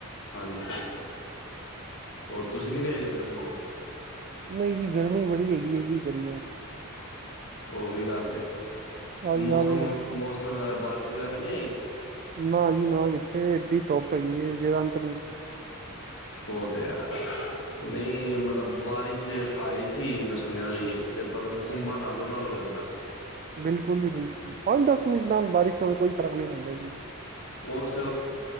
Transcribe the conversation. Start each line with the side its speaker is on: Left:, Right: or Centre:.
Left: ਹਾਂਜੀ ਹੋਰ ਤੁਸੀਂ ਨੀ ਗਏ ਕਿਧਰੇ ਘੁੰਮਣ।
Right: ਨਹੀਂ ਜੀ ਗਰਮੀ ਬੜੀ ਹੈਗੀ ਹੈ ਕੀ ਕਰੀਏ।
Left: ਓਹ ਵੀ ਗੱਲ ਹੈ
Right: ਅੱਜ
Left: ਮੌਸਮ-ਮੌਸਮ
Right: ਕੱਲ
Left: ਬਾਰਿਸ਼ ਵਗੈਰਾ ਨਹੀਂ ਆਈ।
Right: ਨਾ ਜੀ ਨਾ ਕਿੱਥੇ ਐਡੀ ਧੁੱਪ ਹੈਗੀ ਹੈ ਜੀਦਾ ਅੰਤ ਨੀ।
Left: ਓ ਤੇ ਹੈ। ਨਹੀਂ ਮਤਲਬ ਬਾਰਿਸ਼ ਆਈ ਸੀ ਮੈਂ ਸੁਣਿਆ ਸੀ, ਤੇ ਪਰ ਗੁੰਮਾ ਨਾਲੋਂ ਨਾਲ ਹੋ ਜਾਂਦਾ ਏ।
Right: ਬਿਲਕੁਲ ਜੀ ਬਿਲਕੁਲ ਪੰਜ, ਦਸ ਮਿੰਟ ਨਾਲ ਬਾਰਿਸ਼ ਨਾਲ ਕੋਈ ਫ਼ਰਕ ਨਹੀਂ ਪੈਂਦਾ ਜੀ।
Left: ਉਸ